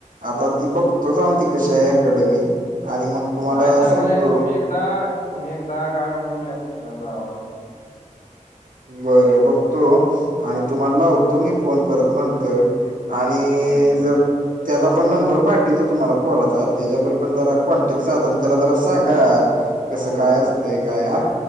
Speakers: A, on the left; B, on the right.
A: हम्म
B: आता
A: हम्म.
B: ती बघतो जाऊन ती कशी आहे अकॅडमी आणि मग तुम्हाला
A: नाही चांगले
B: सांगतो.
A: आहे <inaudible> तुम्ही एकदा गाठ घेऊन या तिथन जाऊन
B: बरं बघतो आणि तुम्हाला लावतो मी फोन परत नंतर आणि
A: बर
B: जर त्यालाच आपण नंबर पाठवीतो तुम्हाला पोराचा त्याच्याबरोबर पण जरा कॉन्टॅक्ट साधून त्याला जरा सांगा कसं
A: हो
B: काय
A: हो
B: असतय
A: हो
B: काय हा,